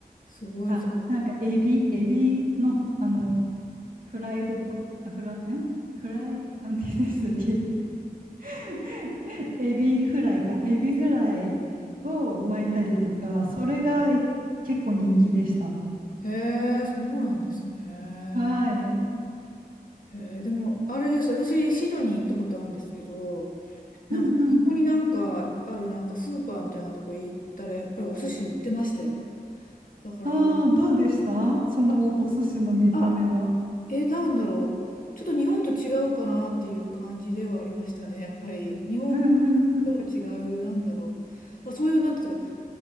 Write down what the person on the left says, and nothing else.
すごいじゃん。
へえ、そうなんですね。
へえ、でも、あれです。私、シドニー行ったことあるんですけど、なんか、
ここになんかあるなんかスーパーみたいなとこ行ったら、やっぱりお寿司売ってましたよ。だから、
あ、あ、えー、なんだろう。ちょっと日本と違うかなっていう感じではありましたね、やっぱり。日本
とは違う、なんだろう。まあ、そういう、なんていうか、